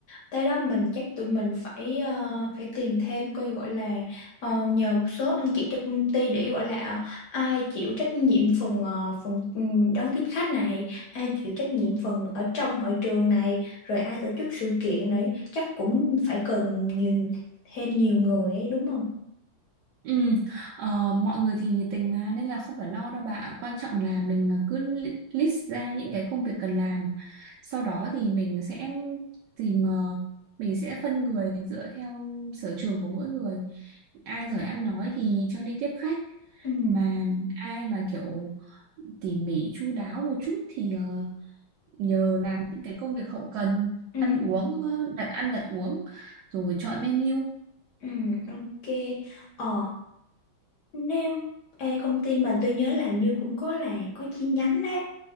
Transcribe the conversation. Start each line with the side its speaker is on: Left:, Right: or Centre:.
Left: tới đó mình chắc tụi mình phải ờ, phải tìm thêm coi gọi là ờ, nhờ một số anh chị trong công ty để gọi là ờ, ai chịu trách nhiệm phần ờ, phần ừ, đón tiếp khách này, ai chịu trách nhiệm phần ở trong hội trường này, rồi ai tổ chức sự kiện đấy, chắc cũng phải cần nhiều thêm nhiều người ấy đúng không?
Right: ừ. ờ, mọi người thì nhiệt tình mà nên là không phải lo đâu bạn quan trọng là mình cứ li- list ra những cái công việc cần làm sau đó thì mình sẽ tìm ờ, mình sẽ phân người dựa theo sở trường của mỗi người ai giỏi ăn nói thì cho đi tiếp khách
Left: Ừ,
Right: mà ai mà kiểu tỉ mỉ chu đáo một chút thì ờ, nhờ làm những cái công việc hậu cần
Left: ừ,
Right: ăn uống ờ, đặt ăn đặt uống rồi chọn menu
Left: ừ, ok. Ờ Nếu ê, công ty mình tôi nhớ là hình như cũng có là có chi nhánh đấy